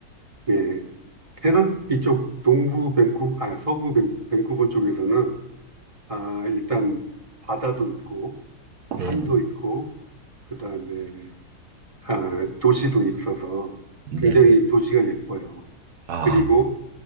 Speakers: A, on the right; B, on the right.
A: 예. 캐나 이쪽 동부 밴쿠 아 서부 밴, 밴쿠버 쪽에서는 아 일단 바다도 있고 산도
B: 네.
A: 있고 그다음에 아 도시도 있어서
B: 네.
A: 굉장히 도시가 예뻐요.
B: 아.
A: 그리고